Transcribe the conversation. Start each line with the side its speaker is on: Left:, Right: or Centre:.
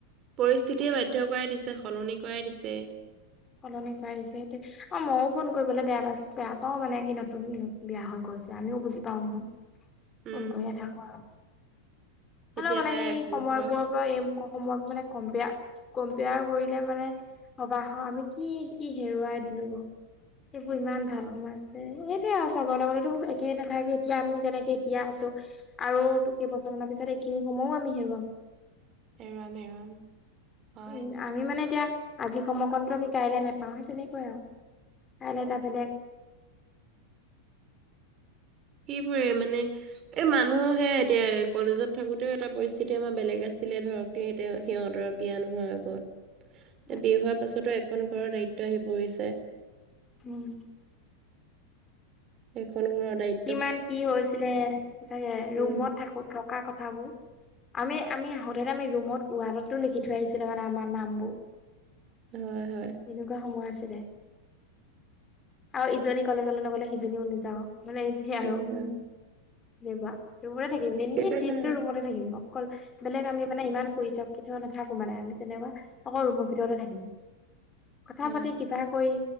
Right: পৰিস্থিতিয়ে বাধ্য কৰাই দিছে, সলনি কৰাই দিছে।
Left: সলনি কৰা দিছে সেইটোৱেই। অঁ মইও ফোন কৰিবলে বেয়া পাইছো বেয়া পাও মানে, কি নতুন বিয়া হৈ গৈছে আমিও বুজি পাওঁ নহয়।
Right: উম
Left: ফোন কৰি নেথাকো আৰু, হলেও
Right: এতিয়া
Left: মানে
Right: তাই
Left: সেই
Right: এখন
Left: সময়বোৰৰ
Right: ঘৰ
Left: পৰা এই- সময়ক মানে কম্পেয়াৰ কম্পেয়াৰ কৰিলে মানে অবাক হওঁ আমি- কি কি হেৰুৱাই দিলো, সেইবোৰ ইমান
Right: অ',
Left: ভাল সময় আছিল। এ এইটোয়ে আৰু চবৰ লগতে এইটো একেই নাথাকে এতিয়া আমি যেনেকে এতিয়া আছো- আৰু টো কেইবছৰমানৰ পিছত এইখিনি সময়ো আমি হেৰুৱাম।
Right: হেৰুৱাম হেৰুৱাম হয়।
Left: উম আমি মানে এতিয়া আজি সময়কণটো আমি কাইলে নাপাওঁ, সেই তেনেকুৱাই আৰু কাইলে এটা বেলেগ-
Right: সেইবোৰেই মানে- এ মানুহে এতিয়া কলেজত থাকোতেও এটা পৰিস্থিতি আমাৰ বেলেগ আছিলে ধৰক, - এই এতিয়া সিহঁতৰ বিয়া নোহোৱা আগত।
Left: <inaudible>
Right: তে বিয়া হোৱাৰ পাছতো এখন ঘৰৰ দায়িত্ব আহি পৰিছে।
Left: উম'
Right: এখন ঘৰৰ দায়িত-
Left: কিমান কি হৈছিলে, সচাকে
Right: উম,
Left: ৰুমত থাকো থকা কথাবোৰ। আমি আমি আহোঁতেটো আমি ৰুমত ৱালটো লিখি থৈ আহিছিলোঁ মানে আমাৰ নামবোৰ।
Right: হয় হয়।
Left: তেনেকুৱা সময় আছিলে, আৰু ইজনী কলেজলৈ নগলে সিজনীও নযাওঁ। মানে এনেই আৰু
Right: তেনেকুৱা
Left: এনেকুৱা। ৰুমতে থাকিম দিনে
Right: সেইটো এটা
Left: দিনটো ৰুমতে থাকিম। অকল- বেলেগ আমি মানে ইমান ফুৰি চুৰি কেতিয়াও নাথাকো মানে আমি তেনেকুৱা অকল ৰুমৰ ভিতৰতে থাকিম। কথা
Right: হয়
Left: পাতি কিবা কৰি